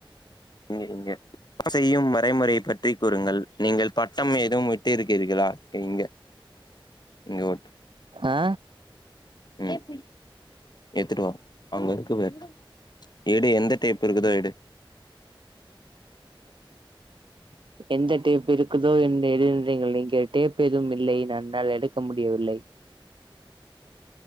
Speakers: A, on the left; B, on the right.
A: நீங்க செய்யும் மறைமுறையை பற்றி கூறுங்கள் நீங்கள் பட்டம் எதுவும் விட்டு இருக்கிறீர்களா இங்க இங்க ஓட்
B: ஆ
A: ம் எத்துட்டுவா அங்க இருக்கு பாரு எடு எந்த டேப்பு இருக்குதோ எடு <inaudible>
B: எந்த டேப் இருக்குதோ என்று எழுந்தீங்கள் நீங்கள் டேப் எதுவும் இல்லை நான்னால் எடுக்க முடியவில்லை